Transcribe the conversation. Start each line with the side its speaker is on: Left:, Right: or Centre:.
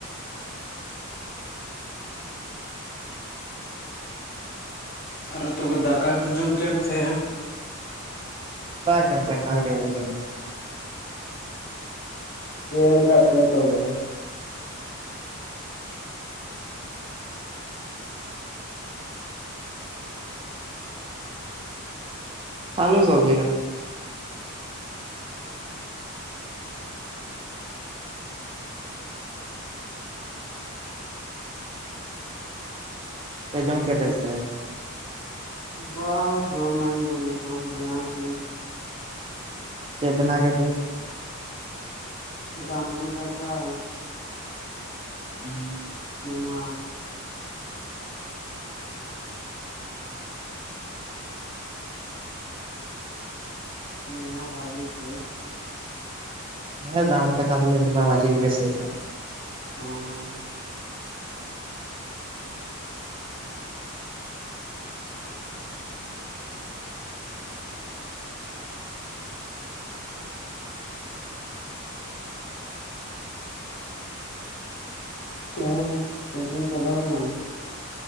Left: ᱟᱨᱚ ᱛᱚᱵᱮ ᱫᱟᱠᱟ ᱠᱚ ᱡᱚᱢ ᱠᱮ ᱟᱢ ᱥᱮ
Right: ᱵᱟ ᱡᱚᱢ ᱫᱟᱹᱧ ᱟᱨ <unintelligible>
Left: ᱦᱮᱸ ᱮᱢ ᱠ ᱯᱮ ᱛᱚᱵᱮ
Right: ᱟᱞᱩ ᱥᱚᱵᱽᱡᱤ ᱠᱟᱱᱟ ᱯᱮ ᱡᱚᱢ ᱠᱮᱫ <unintelligible> ᱥᱮ
Left: <unintelligible> ᱱᱤᱛᱳ ᱵᱮᱱᱟᱣ ᱠᱤᱱ
Right: ᱪᱮᱫ ᱵᱮᱱᱟᱣ ᱠᱮᱫ ᱯᱮ
Left: ᱫᱟᱢᱲᱤ ᱫᱟᱠᱟ
Right: ᱦᱚᱸ
Left: ᱢᱟ ᱱᱤᱢᱟ ᱵᱷᱟᱡᱤ <unintelligible>
Right: ᱦᱮᱸ ᱫᱟᱢ ᱞᱮᱠᱟ ᱪᱟᱥ ᱞᱮᱱ ᱜᱮᱢᱟ ᱵᱷᱟᱡᱮ ᱜᱮ ᱵᱮᱥ ᱤᱠᱟᱹᱼᱟ
Left: ᱦᱮᱸᱻ ᱛᱮᱦᱮᱧ ᱠᱳᱪᱤᱝ ᱪᱟᱞᱟᱣ ᱞᱮᱱᱟᱢ